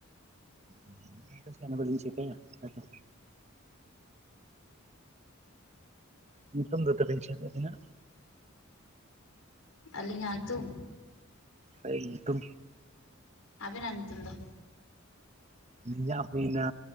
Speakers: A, on the right; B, on the left.
A: <inaudible> ᱪᱮᱫ ᱦᱚᱸ ᱵᱟᱞᱤᱧ ᱪᱮᱠᱟᱭᱟ ᱟᱫᱚ ᱧᱩᱛᱩᱢ ᱫᱚ ᱪᱮᱫ ᱟᱵᱤᱱᱟᱜ?
B: ᱟᱞᱤᱧᱟ ᱧᱩᱛᱩᱢ
A: ᱦᱚᱭ ᱧᱩᱛᱩᱢ
B: ᱟᱵᱮᱱᱟᱜ ᱧᱩᱛᱩᱢ ᱫᱚ
A: ᱤᱧᱟᱜ ᱦᱩᱭᱱᱟ